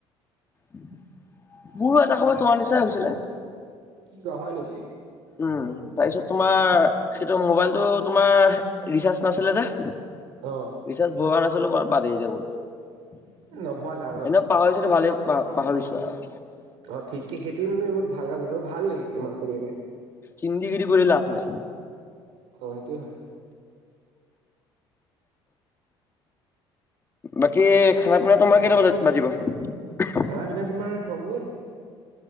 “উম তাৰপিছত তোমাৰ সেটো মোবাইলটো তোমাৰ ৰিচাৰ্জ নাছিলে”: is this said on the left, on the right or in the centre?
Left